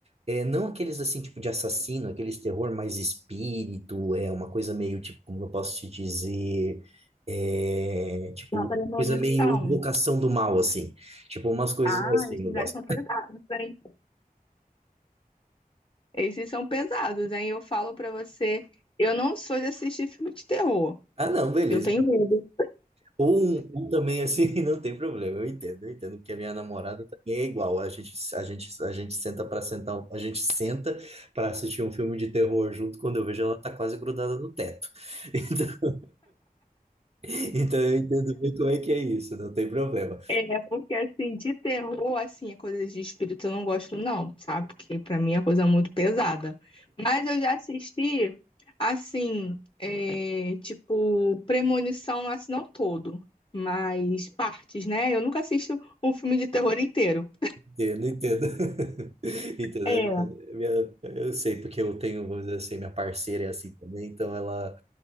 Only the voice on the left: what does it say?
uma premonição.
Ah,
esses
aí são pesados, hein? Esses são pesados, hein? Eu falo pra você, eu não sou de assistir filme de terror.
Eu tenho medo.
É, porque assim, de terror, assim, é coisas de espírito eu não gosto, não, sabe? Porque pra mim é coisa muito pesada. Mas eu já assisti, assim, é, tipo, Premonição, assim, não todo, mas partes, né? Eu nunca assisto um filme de terror inteiro.
É,